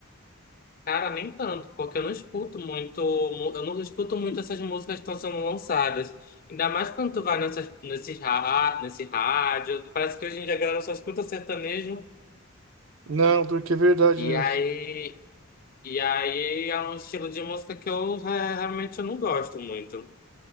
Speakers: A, on the left; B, on the right.
A: Cara, nem tanto, porque eu não escuto muito, mu- eu não escuto muito essas músicas que estão sendo lançadas. Ainda mais quando tu vai nessas, nesses, ra- nesse rádio, parece que hoje em dia a galera só escuta sertanejo.
B: Não, porque é verdade
A: E
B: mesmo.
A: aí, e aí é um estilo de música que eu re- realmente eu não gosto muito.